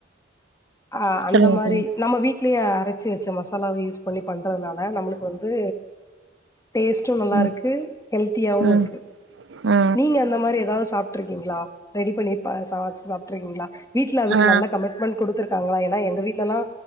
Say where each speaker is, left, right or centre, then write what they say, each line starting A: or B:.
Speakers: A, on the left; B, on the right.
A: அ அந்த
B: சொல்லுங்க
A: மாரி
B: தோழி
A: நம்ம வீட்லயே அரச்சி வெச்ச மசாலாவ யூஸ் பண்ணி பண்றதுனால நம்மளுக்கு வந்து டேஸ்ட்டு நல்லாருக்கு
B: ம்
A: ஹெல்த்தியாவு
B: ம்
A: இருக்கு
B: ஆ
A: நீங்க அந்த மாரி எதாவ்து சாப் ட்ருக்கீங்ளா ரெடி பண்ணி ப சமைச்சு சாப்ட்ருக்கீங்களா வீட்ல அதுக்கு
B: ஆ ஆ
A: நல்ல கமிட்மெண்ட் குடுத்துருக் க்காங்களா ஏனா எங்க வீட்லலா